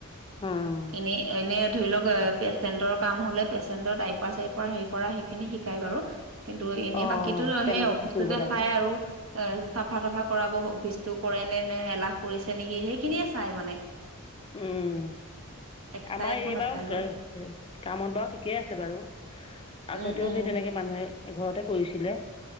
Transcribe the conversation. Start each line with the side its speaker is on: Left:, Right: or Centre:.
Left: উম
Right: ।এনে এনে ধৰি লওক পেচেণ্টৰ কাম হলে পেচেন্টৰ ডাইপাৰ -চাইপাৰ হেৰি কৰা সেইখিনি শিকাই বাৰু। কিন্তু এনেই
Left: অ
Right: বাকীতো
Left: কেনেকে
Right: সেই অফিচটোতে
Left: কি কৰিব লাগে
Right: চাই আৰু এ চাফা -তাফা কৰাব অফিচটো কৰে নে নে এলাহ কৰিছে নেকি সেইখিনিয়ে চাই মানে।
Left: উম!
Right: এক্সট্ৰা
Left: আমাৰ
Right: একো
Left: এইবাৰু
Right: নাচাই
Left: কা
Right: বাৰু
Left: কা কামত বাৰু ঠিকেই আছে বাৰু। আগতেও
Right: উম উম
Left: সেই তেনেকে মানুহে ঘৰতে কৰিছিলে,